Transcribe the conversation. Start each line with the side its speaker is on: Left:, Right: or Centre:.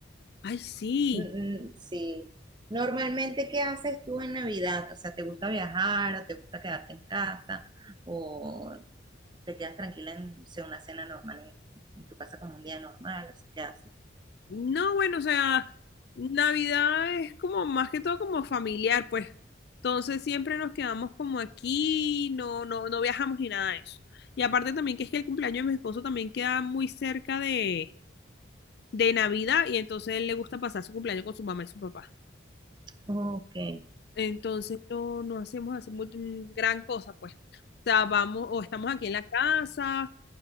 Left: Ay, sí.
Right: Mm, mm, sí. Normalmente, ¿qué haces tú en Navidad? O sea, ¿te gusta viajar o te gusta quedarte en casa o te quedas tranquila en, o sea, una cena normal en, en tu casa como un día normal? O sea, ¿qué haces?
Left: No, bueno, o sea, Navidad es como más que todo como familiar, pues. Entonces siempre nos quedamos como aquí, no, no, no viajamos ni nada de eso. Y aparte también que es que el cumpleaños de mi esposo también queda muy cerca de, de Navidad y entonces él le gusta pasar su cumpleaños con su mamá y su papá.
Right: Ok.
Left: Entonces no, no hacemos así mu- mm, gran cosa, pues. O sea, vamos, o estamos aquí en la casa,